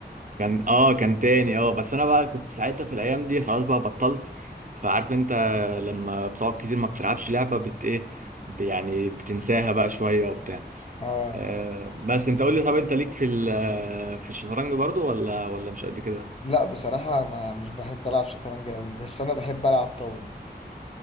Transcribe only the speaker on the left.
اه
لا بصراحة ما مش بحب العب شطرنج اوي بس انا بحب العب طاولة